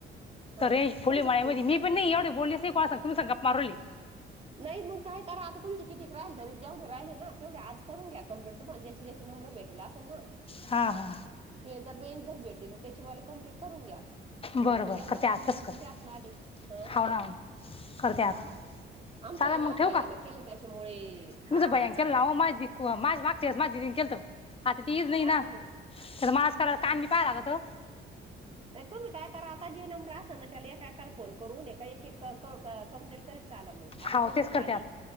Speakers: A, on the right; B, on the left.
A: हां,
B: तर रेंज फुले
A: तुमचं
B: मळ्यामधी.
A: फुल
B: पण नाही एवढ बोललेच नाही कोणा संग तुमच्या सांग गप्पा मारू राहिले.
A: नाही मग काय करा आता तुमची कितीक राहिले तरी जेवढे राहिले ना तेवढे आज करून घ्या कंप्लीट. तुम्हाला ज्याची ज्याची नंबरं मिळतील असल ना?
B: हा हा.
A: ते जर रेंज जर भेटले तर त्याचीवाले कंप्लीट करून घ्या. म्हणजे
B: बरं
A: मग
B: बरं
A: एकदा
B: करते
A: लागलं
B: आताच
A: क
B: करते
A: मग असणा आधी अ
B: हाव ना हो ना करते
A: हा.
B: आता
A: आमचं
B: चालेल
A: आहे ना
B: मग ठेवू
A: भैय्याला
B: का
A: केलं त्याच्यामुळे हा
B: तुमचं भैय्यान
A: हा चालत
B: केला आओ माझी क माझी मागच्यावेळेस माझ्या दीदीन केलंत ओ आता ती ईज ई नाई
A: हा
B: ना.
A: मग
B: त्या मास कराला कांणी <unintelligible> तो.
A: नाही तुम्ही काय करा आता जे नंबरं असणार ना त्या एका एकाला फोन करून एका एक एक क क क क कंप्लीट करीत चाला मग. आता
B: हो
A: दोन
B: तेच
A: तर झाले
B: करते आता